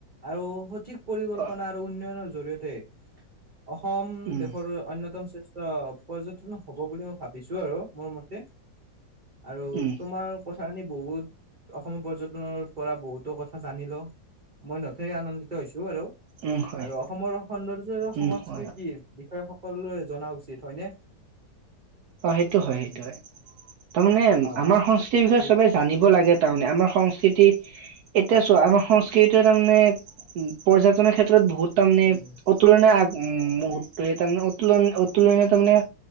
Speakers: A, on the right; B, on the right.
A: আৰু সঠিক পৰিকল্পনা
B: অ
A: আৰু উন্নয়নৰ জৰিয়তে অসম
B: উম
A: দেশৰ অন্যতম শ্ৰে ট্ৰ পৰ্যটনৰ হ'ব বুলি মই ভাবিছো আৰু মোৰ মতে। আৰু
B: উম
A: তোমাৰ ক <unintelligible> বহুত অসমৰ পৰ্যটনৰ পৰা বহুতো কথা জানিলো, মই নথৈ আনন্দিত হৈছো আৰু।
B: উম হয়
A: আৰু অসমৰ সৌন্দৰ্য সংস্কৃতিৰ
B: উম হয়
A: বিষয় সকলোৱে জনা উচিত হয়নে?
B: অ' সেইটো হয় সেইটো
A: উম,
B: হয়, তাৰমানে
A: অ
B: আমাৰ সংস্কৃতিৰ বিষয়ে
A: তেতিয়া
B: সবে জানিব লাগে তাৰমানে আমাৰ সংস্কৃতি এতিয়া চোৱা আমাৰ সংস্কৃতিটোৱে তাৰমানে উম পৰ্যটনৰ ক্ষেত্ৰত বহুত তাৰমানে
A: উম
B: অতুলনীয় আ উম মুহূৰ্তই তাৰমানে অতুলন অতুলনীয় তাৰমানে